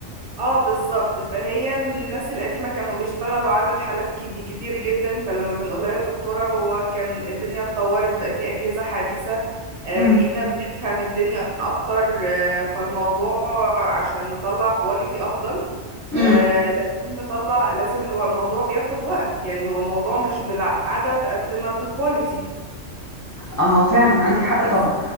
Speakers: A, on the right (about 50°); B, on the left (about 25°).
A: اه بالظبط فهي الناس القديمة كانوا بيشتغلوا عدد حالات كب- كتير جدا فلما بنقولها يا دكتورة هو كان الدنيا اتطورت بقى في أجهزة حديثة آه،
B: امم
A: بقينا بنفهم الدنيا أكتر آه، فالموضوع عشان نطلع كواليتي أفضل
B: امم
A: آه، لازم نطلع لازم الو- الموضوع بياخد وقت يعني هو الموضوع مش بالعدد قد ما بالكواليتي
B: اه فعلا عندك حق
A: بس
B: طبعا